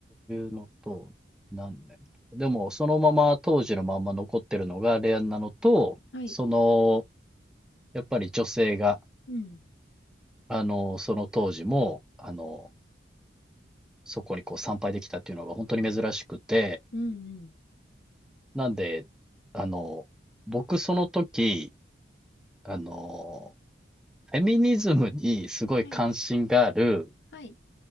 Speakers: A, in the centre; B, on the left (about 75°).
A: いうのと、何年とか。でも、そのまま、当時のまんま残ってるのがレアなのと、
B: はい。
A: その、やっぱり女性が、
B: うん。
A: あの、その当時も、あの、そこにこう参拝できたっていうのが本当に珍しくて、
B: うん。うんうん。
A: なんで、あの、僕その時、あの、フェミニズムにすごい関心がある、
B: はい、はい、